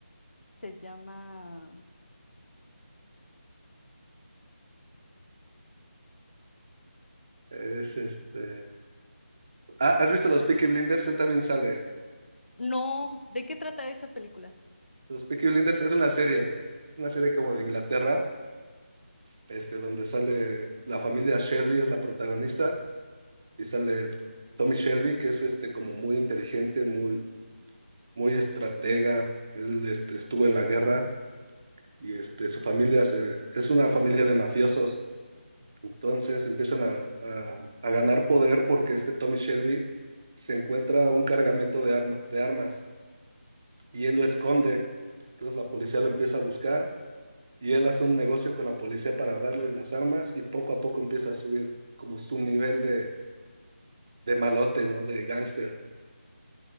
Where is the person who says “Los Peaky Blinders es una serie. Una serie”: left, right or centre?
Right